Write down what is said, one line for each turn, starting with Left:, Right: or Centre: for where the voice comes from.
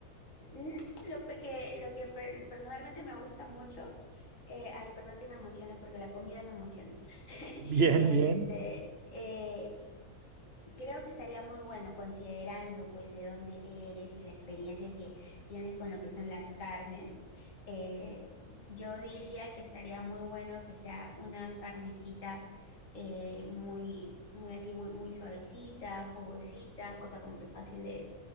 Left: mm, lo pe- que, lo que per- personalmente me gusta mucho, eh, ay, perdón que me emocione porque la comida me emociona. <laughs>
Right: <laughs> Bien,
Left: Este,
Right: bien.
Left: eh, Creo que estaría muy bueno considerando pues de dónde eres y la experiencia que tienes con lo que son las carnes. Eh, yo diría que estaría muy bueno que sea una carnecita eh, muy, muy así, muy, muy suavecita, jugosita, cosa como que fácil de,